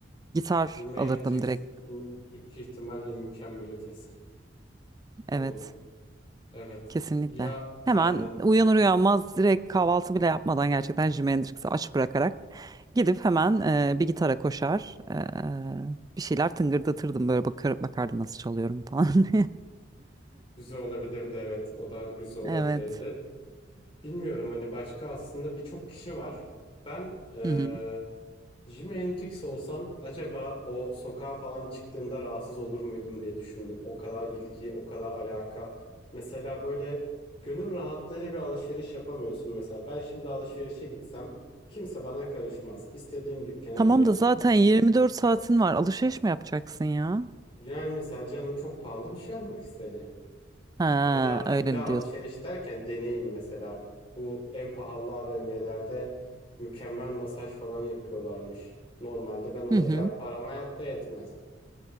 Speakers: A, on the right; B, on the left.
A: Gitar
B: Jimi
A: alırdım
B: Hendrix
A: direkt.
B: m, büyük ihtimalle mükemmel ötesi
A: Evet
B: olurdu. Evet.
A: kesinlikle.
B: Ya
A: Hemen
B: aynen hani
A: uyanır uyanmaz direkt kahvaltı bile yapmadan gerçekten Jimi Hendrix'i aç bırakarak gidip hemen eee, bir gitara koşar eee, bir şeyler tıngırdatırdım böyle bakar, bakardım nasıl çalıyorum falan. <laughs>
B: Güzel olabilirdi evet. O da güzel olabilirdi.
A: Evet.
B: Bilmiyorum hani başka aslında birçok kişi var. Ben eee
A: Hı hı.
B: Jimi Hendrix olsam acaba o sokağa falan çıktığımda rahatsız olur muydum diye düşündüm. O kadar ilgi, o kadar alaka. Mesela böyle gönül rahatlığıyla bir alışveriş yapamıyorsun mesela. Ben şimdi alışverişe gitsem kimse bana karışmaz. İstediğim dükkana
A: Tamam
B: girerim.
A: da zaten 24 saatin var. Alışveriş mi yapacaksın ya?
B: Yani mesela canım çok pahalı bir şey almak istedi.
A: Ha,
B: Ya da
A: öyle
B: illa
A: mi
B: alışveriş
A: diyorsun?
B: derken deneyim mesela. Bu en pahalı AVM'lerde mükemmel masaj falan yapıyorlarmış. Normalde ben oraya
A: Hı hı.
B: param hayatta yetmez.